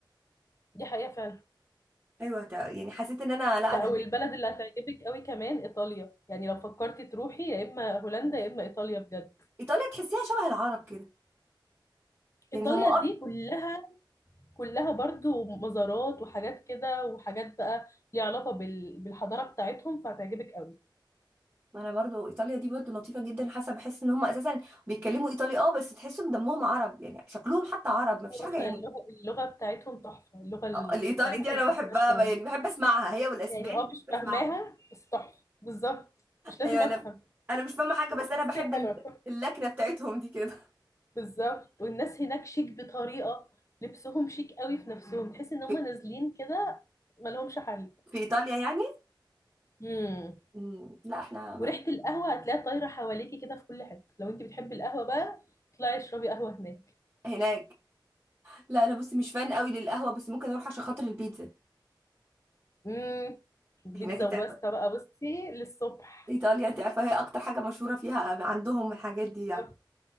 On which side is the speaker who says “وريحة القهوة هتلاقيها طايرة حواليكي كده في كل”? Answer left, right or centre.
Left